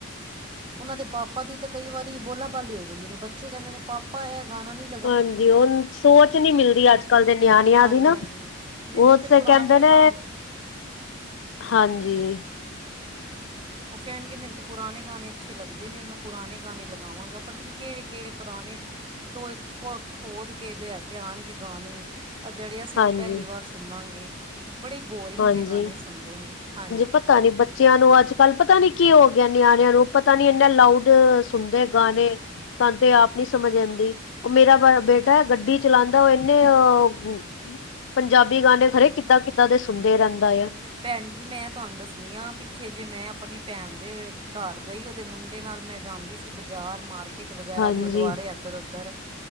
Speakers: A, on the right (about 25°); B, on the left (about 65°).
A: ਉਹਨਾਂ ਦੇ ਪਾਪਾ ਦੀ ਤੇ ਕਈ ਵਾਰੀ ਬੋਲਾ-ਬਾਲੀ ਹੋ ਜਾਂਦੀ ਨੇ, ਬੱਚੇ ਕਹਿੰਦੇ ਨੇ ਪਾਪਾ ਇਹ ਗਾਣਾ ਨੀ
B: ਹਾਂਜੀ ਉਹ ਸੋਚ ਨੀ ਮਿਲਦੀ ਅੱਜ ਕੱਲ ਦੇ ਨਿਆਣਿਆਂ
A: ਹਾਂਜੀ
B: ਦੀ ਨਾ।
A: ਹਾਂਜੀ ਮੈਨੂੰ
B: ਉਹ
A: ਤੇ
B: ਸੇ
A: ਪੁਰਾਣੇ
B: ਕਹਿੰਦੇ ਨੇ,
A: ਗਾਣੇ
B: ਹਾਂਜੀ
A: ਉਹ ਕੈਣਗੇ ਮੈਨੂੰ ਤੇ ਪੁਰਾਣੇ ਗਾਣੇ ਅੱਛੇ ਲੱਗਦੇ ਨੇ, ਮੈਂ ਪੁਰਾਣੇ ਗਾਣੇ ਲਗਾਵਾਂਗਾ, ਪਤਾ ਨਹੀਂ ਕਿਹੜੇ ਕਿਹੜੇ ਪੁਰਾਣੇ ਟੋਏ ਕੋ, ਖੋਦ ਕੇ ਲਿਆਂ ਕੇ ਆਣਗੇ ਗਾਣੇ, ਜਿਹੜੇ ਅਸੀਂ
B: ਹਾਂਜੀ
A: ਵੀ ਪੈਲੀ ਵਾਰ ਸੁਨਾਗੇ ਬੜੇ ਬੋਰਿੰਗ
B: ਹਾਂਜੀ
A: ਜੇ ਗਾਣੇ ਸੁਣਦੇ ਨੇ, ਹਾਂਜੀ
B: ਪਤਾ ਨੀ ਬੱਚਿਆਂ ਨੂੰ ਅੱਜ ਕੱਲ ਪਤਾ ਨੀ ਕੀ ਹੋ ਗਿਆ, ਨਿਆਣਿਆਂ ਨੂੰ ਪਤਾ ਨੀ ਇੰਨਾ ਲਾਊਡ ਸੁਣਦੇ ਗਾਣੇ ਸਾਨ ਤੇ ਆਪ ਨੀ ਸਮਝ ਆਂਦੀ ਉਹ ਮੇਰਾ ਬ ਬੇਟਾ ਹੈ, ਗੱਡੀ ਚਲਾਂਦਾ ਉਹ ਇਨੇ ਅ ਪੰਜਾਬੀ ਗਾਣੇ ਖਰੇ ਕਿੱਦਾਂ ਕਿੱਦਾਂ ਦੇ ਸੁਣਦੇ ਰਹਿੰਦਾ ਯਾ
A: ਭੈਣ ਜੀ, ਮੈਂ ਤੁਹਾਨੂੰ ਦੱਸਣੀ ਆ ਪਿੱਛੇ ਜੇ, ਮੈਂ ਆਪਣੀ ਭੈਣ ਦੇ ਘਰ ਗਈ, ਉਹਦੇ ਮੁੰਡੇ ਨਾਲ ਮੈਂ ਜਾਂਦੀ ਸੀ, ਬਾਜ਼ਾਰ ਮਾਰਕੀਟ ਕਿੱਟ ਵਗੈਰਾ
B: ਹਾਂਜੀ
A: ਗੁਰਦੁਆਰੇ ਇੱਧਰ-ਉੱਧਰ